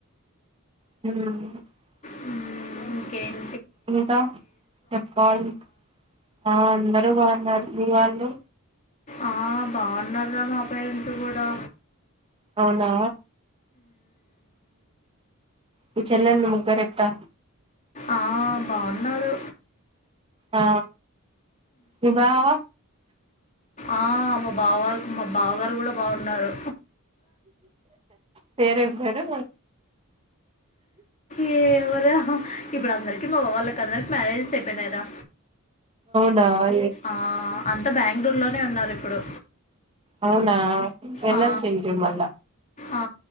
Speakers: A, on the right; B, on the left.
A: హ్మ్
B: హ్మ్ ఇంకేం
A: ఇంకా చెప్పాలి ఆ అందరు అందరూ బాగున్నారు మీ వాళ్ళు
B: ఆ బాగున్నారు మా పేరెంట్స్ కూడా
A: అవునా మీ చెల్లెల్లు ముగ్గురు ఏటా
B: ఆ బాగున్నారు
A: ఆ మీ బావా
B: ఆ మా బావాలు మా బావగారు కూడా బాగున్నారు
A: పేరు ఎం పేరు
B: ఏయ్ ఎవరోహ్ ఇప్పుడు అందరికి మా అవ్వ వాళ్ళకి అందరికి మ్యారేజెస్ అయిపోయినారా
A: నా
B: ఆ అంతా బాంగళూరు లోనే ఉన్నారు ఇప్పుడు
A: అవునా వేల్సింటివి
B: ఆ!
A: మళ్ళ
B: ఆ!